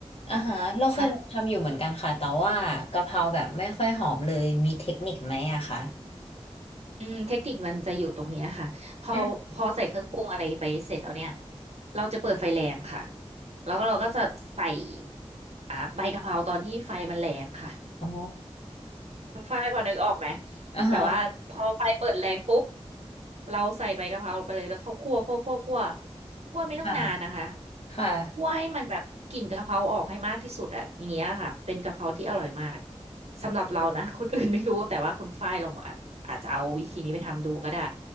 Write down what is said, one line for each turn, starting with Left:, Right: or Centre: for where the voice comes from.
Left: อ่าฮะเราเคยลองทำอยู่เหมือนกันค่ะแต่ว่ากะเพราแบบไม่ค่อยหอมเลยมีเทคนิคไหมอะคะ
Right: ค่ะ อืมเทคนิคมันจะอยู่ตรงเนี้ยค่ะพอพอใส่เครื่องปรุงอะไรไปเสร็จแล้วเนี่ย
Left: อืม
Right: เราจะเปิดไฟแรงค่ะแล้วก็เราก็จะใส่อ่าใบกะเพราตอนที่ไฟมันแรงค่ะ
Left: อ๋อ
Right: คุณฝ้ายพอนึกออกไหม
Left: อ่าฮะ
Right: แบบว่าพอไฟเปิดแรงปุ๊บเราใส่ใบกะเพราลงไปเลยแล้วเขาคั่วคั่วคั่วคั่วคั่วไม่ต้องนานนะคะ
Left: ค่ะค่ะ
Right: คั่วให้มันแบบกลิ่นกะเพราออกให้มากที่สุดอะอย่างเงี้ยค่ะเป็นกะเพราที่อร่อยมากสำหรับเรานะคนอื่นไม่รู้แต่ว่าคุณฝ้ายลองอาจอาจจะเอาวิธีนี้ไปทำดูก็ได้